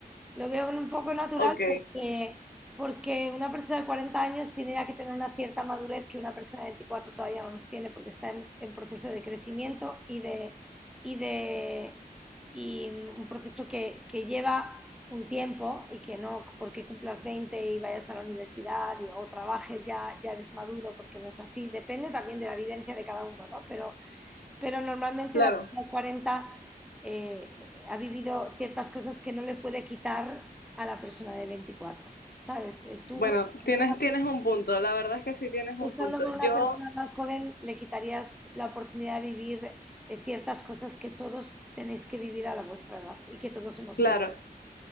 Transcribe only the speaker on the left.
Ok,
claro.
Bueno,
tienes, tienes un punto, la verdad es que sí tienes un
punto.
Yo,
claro,